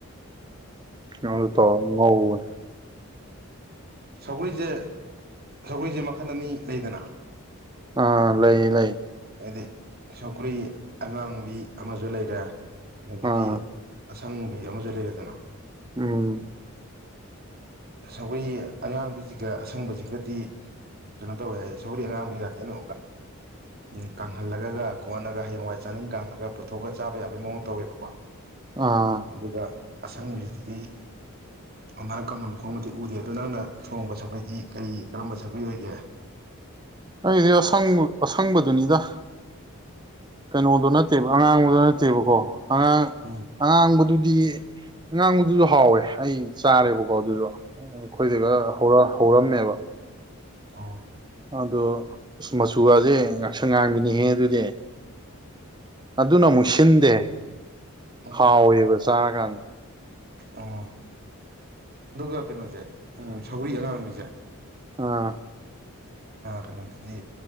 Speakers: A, on the right (about 20°); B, on the right (about 45°).
A: ꯑꯗꯨ ꯇꯧꯔꯒ ꯉꯧꯕꯅꯦ꯫
B: ꯁꯒꯔ꯭ꯤ ꯁꯦ ꯁꯒꯔꯤꯁꯦ ꯃꯈꯜ ꯑꯅꯤ ꯂꯩꯗꯅ꯫
A: ꯑꯥ ꯂꯩꯌꯦ - ꯂꯩꯌꯦ꯫
B: ꯍꯥꯏꯗꯤ ꯁꯧꯒꯔꯤ ꯑꯉꯥꯡꯕꯤ ꯑꯃꯖꯨ ꯂꯩꯔꯦ꯫ ꯑꯗ ꯒꯤꯗꯤ
A: ꯑꯥ
B: ꯁꯪꯕꯤ ꯑꯃꯁꯨ ꯂꯩꯔꯦꯗꯅ꯫
A: ꯎꯝ꯫
B: ꯁꯧꯒꯔꯤ ꯑꯉꯥꯡꯕꯤꯁꯤꯒ ꯑꯁꯪꯕꯁꯤꯒꯗꯤ ꯀꯩꯅꯣ ꯇꯧꯋꯦ ꯁꯒꯔꯤ ꯑꯉꯥꯡꯕꯤꯒ ꯊꯩꯅ <unintelligible> ꯀꯥꯡꯍꯜꯂꯒ ꯈꯣꯍꯂꯒ ꯍꯌꯦꯡꯋꯥꯏ ꯆꯥꯅꯤꯡ ꯀꯥꯡꯂꯒ ꯄꯨꯊꯣꯛꯑꯒ ꯆꯥꯕ ꯌꯥꯕꯒꯤ ꯃꯑꯣꯡ ꯇꯧꯋꯦꯕꯀꯣ꯫
A: ꯑꯥ
B: ꯑꯗꯨꯒ ꯑꯁꯪꯕꯁꯤꯗꯗꯤ ꯃꯥꯅ ꯀꯪꯅꯕ ꯃꯈꯣꯡꯃ ꯎꯗꯦ ꯑꯗꯨ ꯅꯪꯅ ꯊꯣꯡꯕ ꯁꯒꯔꯤꯗꯤ ꯀꯔꯤ ꯀꯔꯝꯕ ꯁꯒꯔ꯭ꯤ ꯑꯣꯏꯒꯦ?
A: ꯑꯩꯗꯤ ꯑꯁꯪꯕ ꯑꯁꯪꯕꯗꯨꯅꯤꯗ꯫ ꯀꯩꯅꯣꯗ ꯅꯠꯇꯦꯕ ꯑꯉꯥꯡꯕ <unintelligible> ꯑꯉꯥꯡ
B: ꯎꯝ
A: - ꯑꯉꯥꯡꯕꯁꯨ ꯗꯤ ꯑꯉꯥꯡꯕꯗꯨꯁꯨ ꯍꯥꯎꯋꯦ ꯑꯩ ꯆꯥꯔꯦꯕꯀꯣ ꯑꯗꯨꯗꯣ꯫ ꯑꯩꯈꯣꯏꯗꯒ ꯍꯧꯔ ꯍꯧꯔꯝꯃꯦꯕ꯫
B: ꯑꯥ꯫
A: ꯑꯗꯣ ꯑꯁ ꯃꯆꯨꯒꯁꯦ ꯉꯥꯛꯁꯪ ꯉꯥꯡꯒꯤꯅꯤꯍꯦ ꯑꯗꯨꯗꯤ꯫ ꯑꯗꯨꯅ ꯑꯃꯨꯛ
B: ꯑꯁ
A: ꯁꯤꯟꯗꯦ
B: ꯑꯣ
A: ꯍꯥꯎꯋꯦꯕꯁꯦ ꯆꯔꯀꯟ
B: ꯑꯣ ꯑꯗꯨꯒ ꯀꯩꯅꯣꯁꯦ ꯎ ꯁꯧꯒ꯭ꯔꯤ ꯑꯉꯥꯡꯕꯤꯁꯦ
A: ꯑꯥ
B: ꯀꯩꯅꯣꯗꯨꯗꯤ